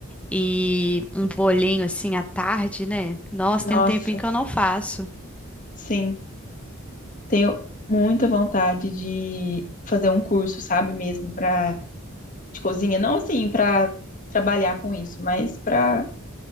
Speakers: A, in the centre; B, on the left.
A: E um bolinho assim à tarde, né? Nossa,
B: Nossa,
A: tem um tempinho que eu não faço.
B: sim. Tenho muita vontade de fazer um curso, sabe, mesmo para de cozinha, não assim para trabalhar com isso, mas para